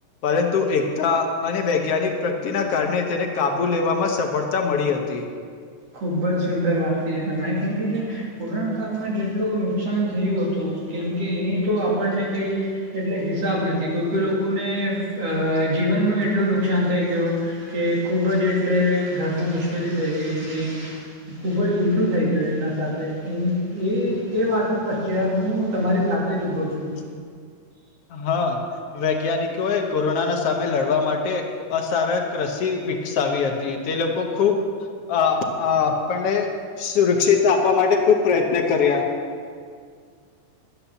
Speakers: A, on the left; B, on the right.
A: પરંતુ એકતા અને વૈજ્ઞાનિક પ્રગતિના કારણે તેને કાબુ લેવામાં સફળતા મળી હત તે <inaudible>
B: ખુબ જ સુંદર વાત કીધી તમે કેમ કે જે એ કોરોના કાલમાં જેટલું નુકસાન થયું હતું કેમ કે એની તો આપણને કંઈ એટલે હિસાબ નથી કોઈ કોઈ લોકોને એ ફ જીવનનું એટલું નુકસાન થઈ ગયું કે ખૂબ જ એટલે ઘરમાં મુશ્કેલી થઈ ગઈ હ <inaudible> ખુબ જ ઉલટું થઈ ગયું એમના સાથે ઉમ એ એ વાતની પશ્ચાત હું તમારી સાથે સાથે જ ઊભો છું.
A: ખાલી હ અ અ વૈજ્ઞાનિકો એ કોરોનાના સામે લડવા માટે અસારક રસી વિકસાવી હતી તે લોકો ખુબ અ આપને સુરક્ષિત આપવા માટે ખુબ પ્રયત્ન કર્યા